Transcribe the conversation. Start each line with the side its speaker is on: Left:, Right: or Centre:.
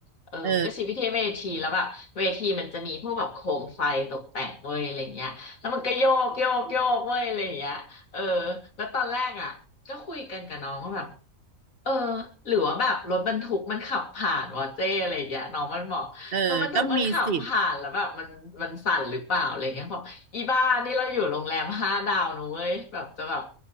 Left: เออมันก็ชี้ไปที่เวทีแล้วแบบเวทีมันจะมีพวกแบบโคมไฟตกแต่งเว้ยอะไรเงี้ยแล้วมันก็โยกโยกโยกเว้ยอะไรเงี้ยเออ
Right: เออ
Left: แล้วตอนแรกอ่ะก็คุยกันกับน้องว่าแบบ เออหรือว่าแบบรถบรรทุกมันขับผ่านวะเจ้อะไรอย่างเงี้ยน้องมันบอกรถบรรทุกมันขับผ่านแล้วแบบมันมันสั่นหรือเปล่าอะไรเงี้ยบอกอีบ้านี่เราอยู่โรงแรมห้าดาวนะเว้ยแบบจะแบบ
Right: เออก็มีสิทธิ์